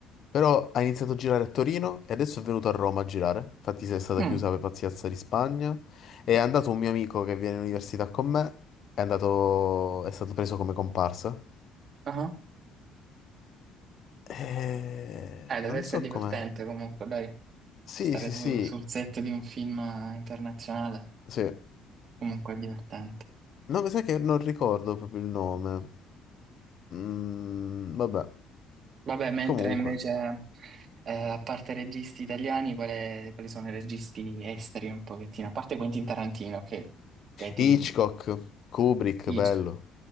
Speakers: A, on the left (about 55°); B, on the right (about 50°).
A: però ha iniziato a girare a Torino e adesso è venuto a Roma a girare. Infatti, si è stata
B: Mm,
A: chiusa per pazienza di Spagna. È andato un mio amico che viene in università con me, è andato... è stato preso come comparsa.
B: ah,
A: Eh,
B: Eh, deve
A: non
B: essere
A: so
B: divertente
A: com'è.
B: comunque, dai.
A: Sì,
B: Stare
A: sì,
B: su-
A: sì.
B: sul set di un film internazionale
A: Sì.
B: comunque è divertente.
A: No, mi sa che non ricordo proprio il nome. Mm, vabbè,
B: Vabbè, mentre
A: comunque.
B: invece, eh, a parte registi italiani, quale- quali sono i registi esteri un pochettino? A parte Quentin Tarantino, che, che ti
A: Hitchcock, Kubrick,
B: dice,
A: bello.